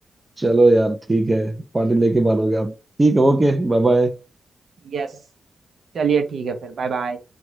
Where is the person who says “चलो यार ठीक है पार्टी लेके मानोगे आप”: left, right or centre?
Right